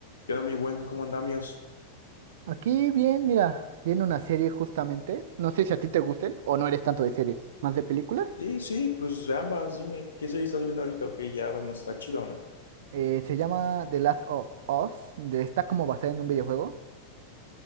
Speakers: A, on the left; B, on the right.
A: ¿Qué onda, mi buen? ¿Cómo andamios?
B: Aquí bien, mira, viene una serie justamente. No sé si a ti te gusten o no eres tanto de series, más de películas.
A: Sí, sí, pues ambas, dime, ¿qué serie estás viendo ahorita? Ok, ya vemos, está chido, o ¿no?
B: Eh, se llama The Last of Us. de- está como basada en un videojuego.